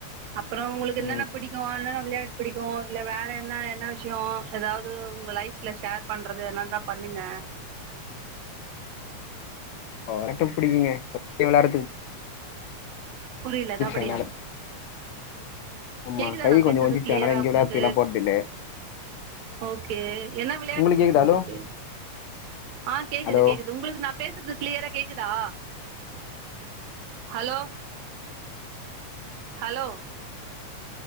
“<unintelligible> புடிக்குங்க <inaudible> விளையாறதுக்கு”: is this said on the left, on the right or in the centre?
Left